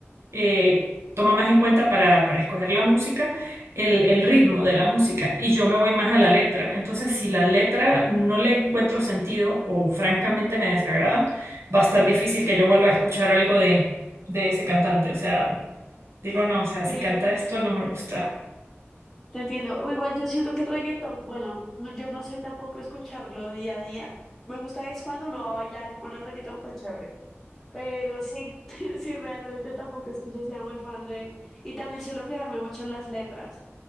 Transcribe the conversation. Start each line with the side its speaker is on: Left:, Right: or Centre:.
Right: eh, toma más en cuenta para, para escoger la música el, el ritmo de la música y yo me voy más a la letra. Entonces, si la letra no le encuentro sentido o francamente me desagrada, va a estar difícil que yo vuelva a escuchar algo de, de ese cantante. O sea, digo, no, o sea, si
Centre: Sí,
Right: canta
Centre: sí,
Right: esto
Centre: sí,
Right: no me
Centre: te
Right: gusta.
Centre: te entiendo. O Igual yo siento que el reggaetón, bueno, no- yo no sé tampoco escucharlo día a día. Me gusta es cuando uno va a bailar y pone reggaetón, pues chévere. Pero sí, <laughs> sí, realmente tampoco es que yo sea muy fan de... Y también suelo fijarme mucho en las letras.